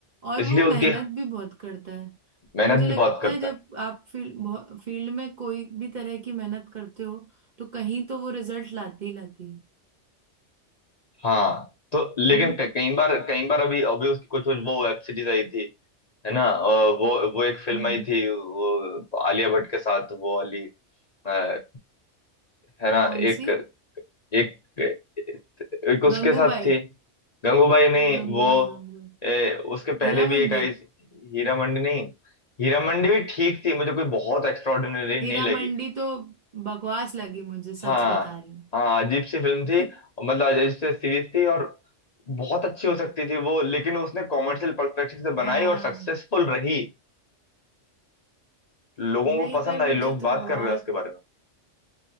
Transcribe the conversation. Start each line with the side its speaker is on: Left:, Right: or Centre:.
Right: और
Left: इसलिए
Right: वो मेहनत
Left: उसकी
Right: भी बहुत करता है
Left: मेहनत
Right: मुझे
Left: भी
Right: लगता
Left: बहुत करता
Right: है जब
Left: है
Right: आप फील्ड फील्ड में कोई भी तरह की मेहनत करते हो तो कहीं तो वो रिजल्ट लाती ही लाती है
Left: हाँ तो लेकिन
Right: हम्म
Left: क- कई बार कई बार अभी अभी उसकी कुछ कुछ वो वेब सीरीज आई थी है ना अ, वो वो एक फिल्म
Right: हम्म
Left: आई थी वो आलिया भट्ट के साथ वो वाली अ, है ना
Right: कौन
Left: एक
Right: सी
Left: एक एक उसके
Right: गंगूबाई
Left: साथ थी गंगूबाई नहीं
Right: गंगूबाई
Left: वो
Right: गंगूबाई
Left: ए, उसके पहले
Right: हीरा
Left: भी
Right: मंडी
Left: एक आई थी, हीरा मंडी नहीं हीरा मंडी भी ठीक थी मुझे कोई बहुत एक्स्ट्राऑर्डिनरी
Right: हीरा
Left: नहीं लगी
Right: मंडी तो बकवास लगी मुझे सच
Left: हाँ
Right: बता रही हूँ
Left: हाँ अजीब सी फिल्म थी
Right: <laughs>
Left: मतलब अजीब सी सीरीज थी और बहुत अच्छी हो सकती थी वो लेकिन उसने कॉमर्शियल पर्सपेक्टिव से
Right: हाँ
Left: बनाई और सक्सेसफुल रही लोगों को
Right: नहीं
Left: पसंद
Right: पर
Left: आई
Right: मुझे
Left: लोग
Right: तो
Left: बात
Right: बहुत
Left: कर रहे हैं उसके बारे में